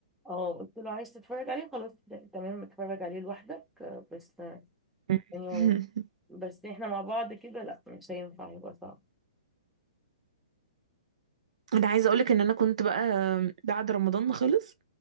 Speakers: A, in the centre; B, on the right (about 65°).
A: اه قلت له عايز تتفرج عليه خلاص لا، تمام اتفرج عليه لوحدك آه، بس
B: <laughs>
A: إنه بس إحنا مع بعض كده لأ مش هينفع يبقى صعب
B: انا عايزه اقولك ان انا كنت بقى بعد رمضان ما خلص